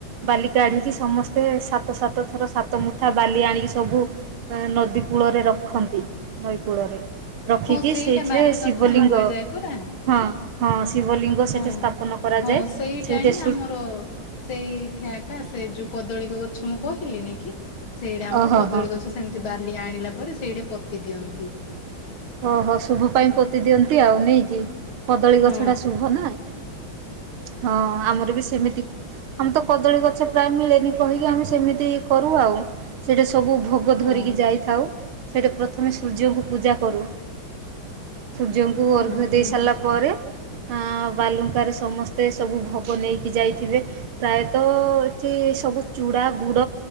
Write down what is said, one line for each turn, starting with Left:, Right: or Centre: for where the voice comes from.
Right: ବାଲି କାଢିକି, ସମସ୍ତେ ସାତ, ସାତ ଥର ସାତ ମୁଠା ବାଲି ଆଣିକି ସବୁ ନଦୀ କୂଳରେ ରଖନ୍ତି ।ନଈ କୂଳରେ। ରଖିକି
Left: ହଁ ସେଇଟା
Right: ସେଇଥିରେ
Left: ବାଲୁକା
Right: ଶିବଲିଙ୍ଗ
Left: ପୂଜା କୁହାଯାଏ ପରା
Right: ହଁ। ପିଙ୍ଗ, ସେଠି
Left: ହଁ
Right: ସ୍ଥାପନ କରାଯାଏ
Left: ହଁ, ସେଇଟା
Right: ସେଇଠି
Left: ହିଁ
Right: ସୁ
Left: ଆମର ସେଇଥିଆକା, ସେ ଯୋଉ କଦଳୀ ଗଛ ମୁଁ କହିଲିିନି କି? ସେଇଟା ଆମର
Right: ଓହୋ
Left: କଦଳୀ
Right: ହୋ
Left: ଗଛ ।ସେମିତି ବାଲି ଆଣିଲା ପରେ, ସେଇଟା ପୋତି ଦିଅନ୍ତି ।
Right: ଓହୋ ଶୁଭ ପାଇଁ ପୋତି ଦିଅନ୍ତି ।ଆଉ ନେଇକି, କଦଳୀ
Left: ହଁ
Right: ଗଛ ଟା ଶୁଭ ନା। ହଁ ଆମର ବି ସେମିତି। ଆମର ତ କଦଳୀ ଗଛ ପ୍ରାୟ ମିଳେନି। କହିକି ଆମେ ସେମିତି କରୁ। ଆଉ ସେଇଠି ସବୁ ଭୋଗ
Left: ହଁ
Right: ଧରିକି ଯାଇଥାଉ। ସେଇଠି ପ୍ରଥମେ ସୂର୍ଯ୍ୟଙ୍କୁ ପୂଜା କରୁ। ସୂର୍ଯ୍ୟଙ୍କୁ
Left: ହଁ
Right: ଅର୍ଘ
Left: ହଁ
Right: ଦେଇ ସାରିଲା ପରେ, ଅ ବାଲୁଙ୍କାରେ ସମ ସବୁ ଭୋଗ ନେଇକି ଯାଇଥିବେ। ପ୍ରାୟତଃ ଏଠି ସବୁ ଚୁଡ଼ା, ଗୁଡ